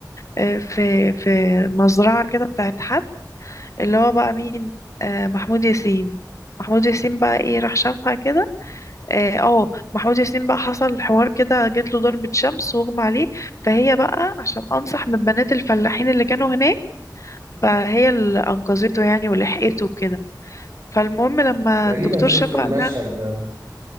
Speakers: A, on the left; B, on the right.
A: إيه، في في مزرعة كده بتاعت حد اللي هو بقى مين آه، محمود ياسين محمود ياسين بقى ايه راح شافها كده اه آه، محمود ياسين بقى حصل حوار كده جات له ضربة شمس واغمى عليه فهي بقى عشان انصح من بنات الفلاحين اللي كانوا هناك فهي اللي انقذته يعني ولحقته كده فالمهم لما
B: تقريبا
A: الدكتور
B: شفت
A: شافها
B: المشهد
A: قال لها
B: ده